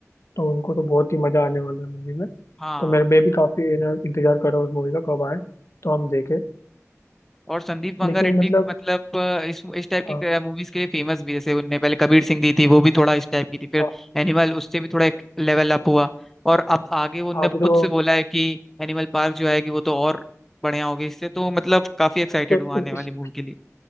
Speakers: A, on the left; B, in the centre.
A: तो उनको तो बहुत ही मजा आने वाला है मूवी में
B: हाँ
A: तो मेरे मैं भी काफी ना- इंतजार कर रहा हूँ उस मूवी का कब आए तो हम देखें
B: और संदीप मंगा
A: लेकिन
B: रेड्डी
A: मतलब
B: मतलब अ, इस इस टाइप
A: हाँ
B: की मूवीज के लिए फेमस भी है। जैसे उनने पहले कबीर सिंह दी थी वो भी थोड़ा इस टाइप की थी फिर
A: हाँ
B: एनिमल उससे भी थोड़ा एक लेवल अप हुआ और अब आगे वो उनने
A: अभी
B: खुद
A: तो,
B: से बोला है कि एनिमल पार्क जो आएगी वो तो और बढ़िया होगी इससे तो मतलब काफी एक्साइटेड
A: तो
B: हूँ आने वाली
A: इस
B: मूवी के लिए